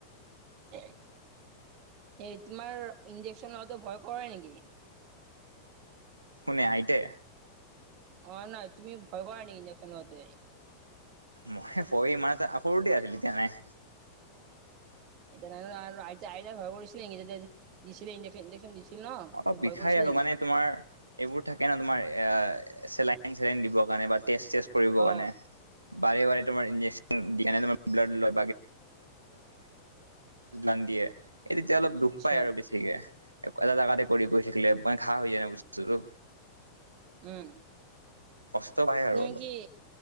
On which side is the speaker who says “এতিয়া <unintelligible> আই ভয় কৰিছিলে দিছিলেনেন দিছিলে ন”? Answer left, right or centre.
Right